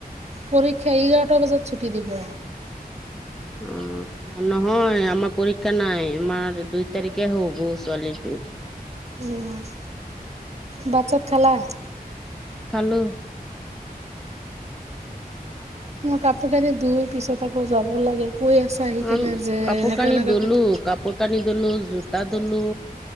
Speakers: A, on the right; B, in the centre.
A: পৰীক্ষা এঘাৰটা বজাত ছুটি দিব।
B: অ'। নহয় আমাৰ পৰীক্ষা নাই, আমাৰ দুই তাৰিখে হ'ব ছোৱালীৰটো।
A: অ' ভাত‌ চাত খালা?
B: খালোঁ।
A: মই কাপোৰ কানি ধই পিছত আকৌ যাব লাগে কৈ আছে। আহি
B: উম,
A: কেনে যে
B: কাপোৰ
A: এনেকা
B: কানি
A: এনেকা
B: ধলো,
A: কথা
B: কাপ কাপোৰ কানি ধুলোঁ, জোতা ধুলোঁ